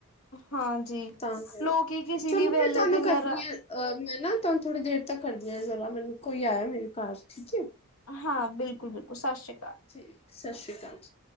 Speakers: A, on the left; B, on the left.
A: ਹਾਂਜੀ
B: ਤਾਂ ਫੇਰ
A: ਲੋਕੀ ਕਿਸੇ
B: ਚਲੋ
A: ਵੀ ਵੇਲੇ
B: ਮੈਂ ਤੁਹਾਨੂੰ
A: ਦੀਆਂ
B: ਕਰਦੀ ਐ ਐ ਮੈਂ ਨਾ ਤਾਹਾਨੂੰ ਥੋੜ੍ਹੀ ਦੇਰ ਤੱਕ ਕਰਦੀ ਆ ਜਰਾ ਮੈਨੂੰ ਕੋਈ ਆਇਆ ਮੇਰੇ ਘਾਰ ਠੀਕ ਐ
A: ਹਾਂ ਬਿਲਕੁਲ ਬਿਲਕੁਲ ਸਸਰੀ ਕਾਲ
B: ਜੀ ਸਸ਼ਰੀ ਕਾਲ ਜੀ